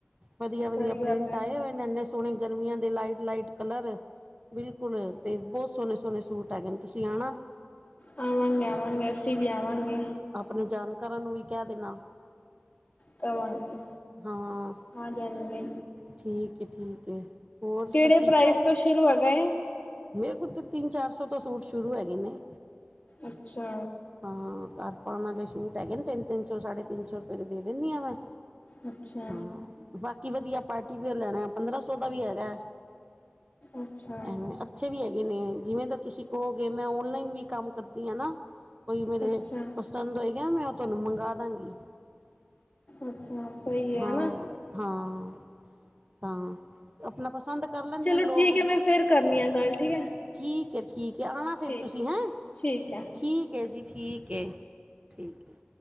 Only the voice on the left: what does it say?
ਸਹੀ ਗੱਲ
ਹੈ
ਆਵਾਂਗੇ- ਆਵਾਂਗੇ ਅਸੀਂ ਵੀ ਆਵਾਂਗੇ।
ਕਵਾਂਗੀ,
ਆਹ ਜਾਣਗੇ।
ਕਿਹੜੇ
ਪ੍ਰਾਈਜ਼ ਤੋਂ ਸ਼ੁਰੂ ਹੈਗੇ।
ਅੱਛਾ।
ਅੱਛਾ।
ਅੱਛਾ
ਅੱਛਾ
ਅੱਛਾ ਸਹੀ ਹੈ
ਨਾ
ਚਲੋ
ਠੀਕ ਹੈ ਮੈਂ ਫਿਰ ਕਰਨੀ ਆ, ਗੱਲ ਠੀਕ ਹੈ।
ਠੀਕ
ਠੀਕ ਹੈ